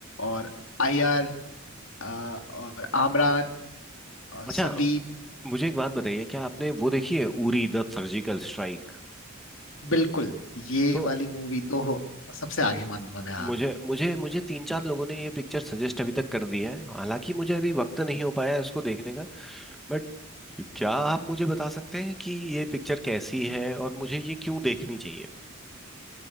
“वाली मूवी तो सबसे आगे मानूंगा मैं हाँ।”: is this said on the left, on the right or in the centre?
Left